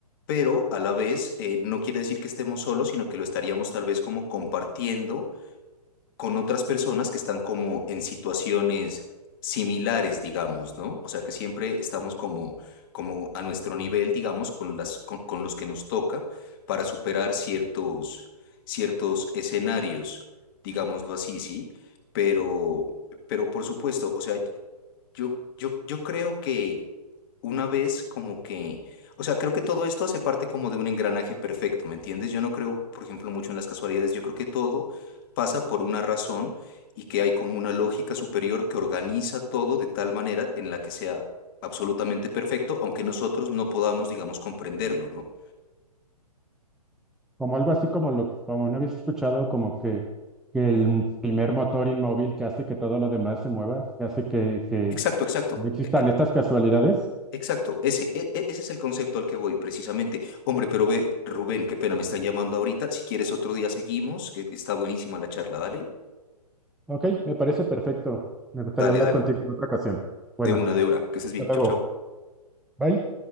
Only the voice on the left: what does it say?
pero a la vez eh, no quiere decir que estemos solos, sino que lo estaríamos tal vez como compartiendo con otras personas que están como en situaciones similares, digamos, ¿no? O sea, que siempre estamos como, como a nuestro nivel, digamos, con las, con, con los que nos toca para superar ciertos, ciertos escenarios, digámoslo así, ¿sí? Pero, pero por supuesto, o sea, yo, yo, yo creo que una vez como que, o sea, creo que todo esto hace parte como de un engranaje perfecto, ¿me entiendes? Yo no creo, por ejemplo, mucho en las casualidades, yo creo que todo pasa por una razón y que hay como una lógica superior que organiza todo de tal manera en la que sea absolutamente perfecto, aunque nosotros no podamos, digamos, comprenderlo, ¿no?
Exacto, exacto.
E- e,
Exacto, ese, e- e- ese es el concepto al que voy precisamente. Hombre, pero ve, Rubén, qué pena, me están llamando ahorita. Si quieres otro día seguimos, que está buenísima la charla, dale,
dale,
dale.
De una, de una, que estés bien,
chao,
chao.